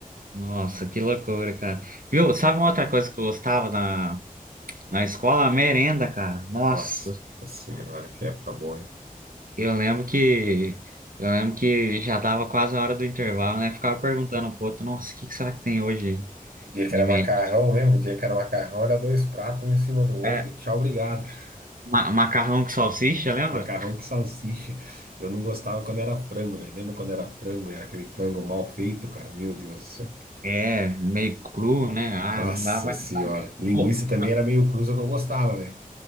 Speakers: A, on the right; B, on the right.
A: Nossa, que loucura, cara. Viu? Sabe uma outra coisa que eu gostava na, na escola? A merenda, cara. Nossa,
B: Nossa senhora, que época boa. hein?
A: eu lembro que eu lembro que já dava quase a hora do intervalo, né? Ficava perguntando pro outro, nossa, o que que será que tem hoje
B: O dia que
A: de
B: era
A: merenda?
B: macarrão, lembra? O dia que era macarrão era dois pratos um em cima do outro
A: É,
B: e tchau, obrigado. <laughs>
A: ma- macarrão com salsicha, lembra?
B: Macarrão com salsicha. Eu não gostava quando era frango, velho. Lembra quando era frango? Era aquele frango mal feito, cara. Meu Deus do céu.
A: É, meio cru, né? Ah,
B: Nossa
A: não dava.
B: senhora. Linguiça
A: Pô,
B: também era meio cruza que eu gostava, velho.